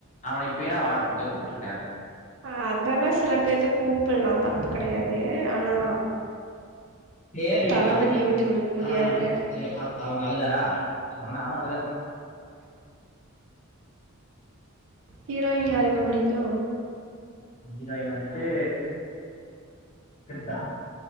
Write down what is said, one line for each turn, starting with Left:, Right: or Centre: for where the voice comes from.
Left: அவன இப்பேயு நா வாடா போடான்னுதா கூப்ட்டுட்ருக்கே
Right: ஆ அதெல்லா சில பேத்த கூப்பிலா தப்பு கெடையாது ஆனா
Left: சேரி விடுங்க
Right: தளபதிய
Left: அவங்க
Right: விட்டு குடுக்க முடியாதுங்க
Left: ஆ சேரி அவ் அவங்க அழுதாரா அதா நானு அழுதே
Right: ஹீரோயின் யாருங்க புடிக்கு
Left: ஹீரோயின் வந்துட்டு திர்ஷா